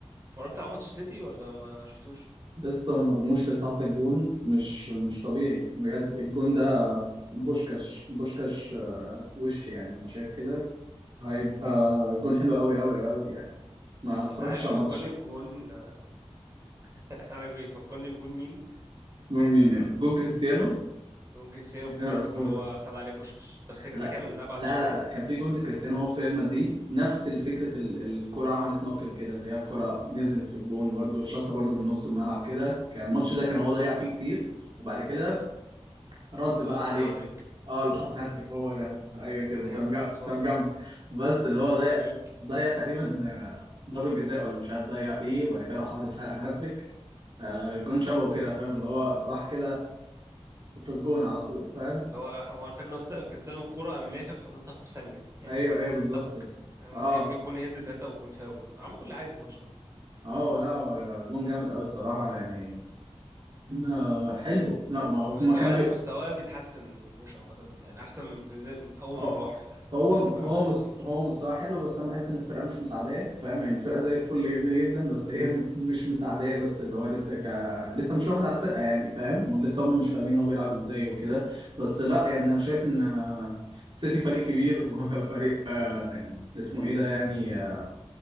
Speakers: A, on the right (about 30°); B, on the right (about 50°).
A: اتفرجت على ماتش السيتي ولا ما شفتوش
B: يا اسطى مرموش لساعة الجون مش مش طبيعي بجد الجون ده بوشكاش بوشكاش آه، وش يعني انا شايف كده هيبقى جون حلو قوي قوي قوي يعني ما اتفرجتش
A: انت عارف يفكرني
B: على الماتش
A: بجون <laughs> عارف يفكرني بجون مين
B: جون مين يعني جون كريستيانو
A: جون كريستيانو
B: <laughs>
A: في بورتو اللي هو خد عليه بوشكش بس ده
B: لا
A: كان من ابعد
B: لا
A: شويه
B: لا
A: يعني
B: لا كان في جون لكريستيانو وهو في ريال مدريد نفس الفكرة ال- الكرة عملت نوكل كده اللي هي الكرة نزلت في الجون برده شاطها برده من نص الملعب كده كان الماتش ده كان هو ضيع فيه كتير وبعد كده رد
A: اه،
B: بقى
A: اللي حط
B: عليه
A: هاتريك
B: اه اللي حط هاتريك هو ده ايوه كده
A: <laughs>
B: انت
A: ايوه
B: مجمع
A: انا كان قصاد
B: انت مجمع بس اللي
A: قصاد
B: هو
A: اسبانيول
B: ضيع ضيع تقريبا آه، ضربة جزاء ولا مش عارف ضيع ايه وبعد كده راح حاطط ها- هاتريك آه، جون شبهه كده فاهم اللي هو راح كده في الجون على طول فاهم
A: اللي هو هو انا فاكر ان هو است- كان استلم الكوره قام لافف حاططها في ثانيه يعني
B: ايوه ايوه بالظبط
A: طب
B: اه
A: كان جاب جون هيد ساعتها وجون فاول برضه عمل كل حاجه في الماتش ده
B: اه لا هو جون جامد قوي الصراحة يعني آه، حلو لا ما هو
A: مستواه
B: ما كان
A: مستواه بيتحسن مرموش عامه يعني احسن من بداية من اول
B: هو
A: ما راح يعني
B: هو
A: هو دلوقتي بقى
B: هو
A: احسن بكتير
B: مست... هو مستواه حلو بس انا بحس ان الفرقه مش مساعداه فاهم يعني الفرقه زي الفل جميله جدا بس هي م- مش مساعداه بس اللي هو لسه ك لسه مش واخد على الفرقه يعني فاهم ولسه هم مش فاهمين هو بيلعب ازاي وكده بس لا يعني انا شايف ان آه، السيتي فريق كبير <laughs> وفريق آه، اسمه ايه ده يعني آه،